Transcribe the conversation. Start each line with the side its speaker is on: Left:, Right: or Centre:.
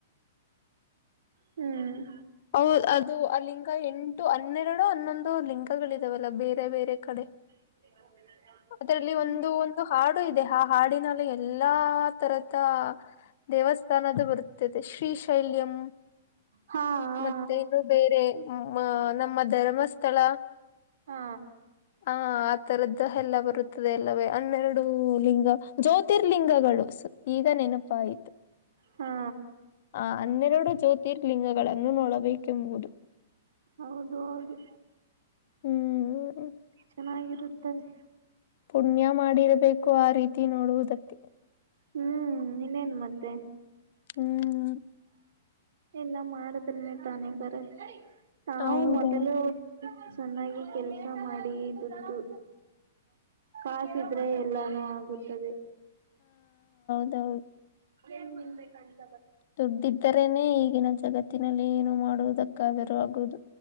Right: ಹ್ಮ್
Left: ಹೌದ ಅದು ಆ ಲಿಂಗ ಹನ್ನೆರಡು ಹನ್ನೊಂದು ಲಿಂಗಗಳು ಇದ್ದವೇ ಬೇರೆ ಬೇರೆ ಕಡೆ
Right: <inaudible>
Left: ಅದರಲ್ಲಿ ಒಂದು ಒಂದು ಹಾಡು ಇದೆ ಆ ಹಾಡಿನಲ್ಲಿೂ ಎಲ್ಲಾ ತರದ ದೇವಸ್ಥಾನದ ಬರುತ್ತದೆ ಶ್ರೀಶೈಲ್ಯಂ
Right: ಹಾ ಹಾ
Left: ಮತ್ತೇ ಇದು ಬೇರೆ ನಮ್ಮ ಧರ್ಮಸ್ಥಳ
Right: ಹಾ
Left: ಹ ಆ ತರದ ಎಲ್ಲ ಬರುತ್ತದೆ ಎಲ್ಲವೇ ಹನ್ನೆರಡು ಲಿಂಗ ಜ್ಯೋತಿರ್ಲಿಂಗಳು ಈಗ ನೆನಪುಹಾಯ್ತು
Right: ಹಾ
Left: ಆ ಹನ್ನೆರಡು ಜ್ಯೋತಿರ್ಲಿಂಗ ನೋಡಬೇಕೆಂಬುದು
Right: ಹೌದು ಹೌದು
Left: ಹ್ಮ್
Right: ಚೆನ್ನಾಗಿರುತ್ತದ್ದೆ
Left: ಪುಣ್ಯ ಮಾಡಿರಬೇಕು ಆ ರೀತಿ ನೋಡುವುದಕ್ಕೆ
Right: ಹ್ಮ್ ಇನ್ನೇನು ಮತ್ತೆ
Left: ಹ್ಮ್
Right: ಇಲ್ಲ ಮಾಡುದ್ರನೇ ತಾನೇ ಬರುತ್ತೆ ನಾವು
Left: ಹೌದೌದು
Right: ಮೊದಲು ಚೆನ್ನಾಗಿ ಕೆಲಸ ಮಾಡಿ ದುಡ್ಡಿದು ಕಾಸಿದ್ರೆ ಎಲ್ಲಾನು ಆಗುತ್ತದೆ
Left: ಹೌದು
Right: ಏನ್ ಮಲ್ಬೇಕಂತ
Left: ದುಡ್ಡಿದ್ದರೇನೆ ಈಗಿನ ಜಗತ್ತಿನಲ್ಲಿ ಏನು ಮಾಡುವುದಕ್ಕಾದರೂ ಆಗುದು